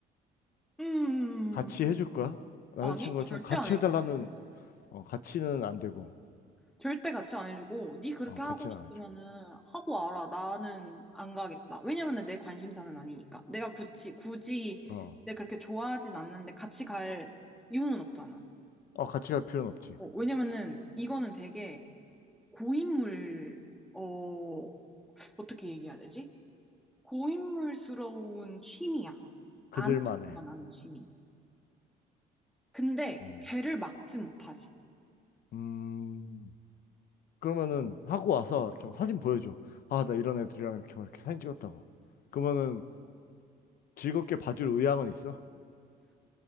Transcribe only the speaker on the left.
같이 해줄 거야? 남자친구가
좀 같이
해달라는 어, 같이는 안 되고
어, 같이는
안 해줘.
어,
어 같이 갈 필요는 없지.
그들만의.
음.
음. 그러면은 하고 와서 이렇게 막 사진 보여줘. 아, 나 이런 애들이랑 이렇게 막 이렇게 사진 찍었다고. 그러면은 즐겁게 봐줄 의향은 있어?